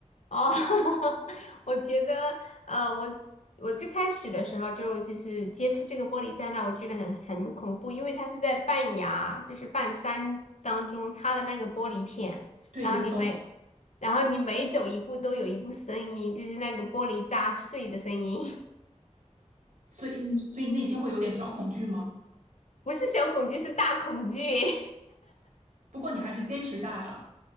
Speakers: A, on the left; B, on the right.
A: 哦，<laughs> 我觉得，呃，我我最开始的时候就就是接触这个玻璃灾难，我觉得很很恐怖，因为它是在半崖，就是半山当中插的那个玻璃片，
B: 对，
A: 然后你每然后你每走一步都有一步声音，
B: 我懂。
A: 就是那个玻璃砸碎的声音，
B: 所以所以内心会有点小恐惧吗？
A: <laughs> 不是小恐惧，是大恐惧。<laughs>
B: 不过你还是坚持下来了。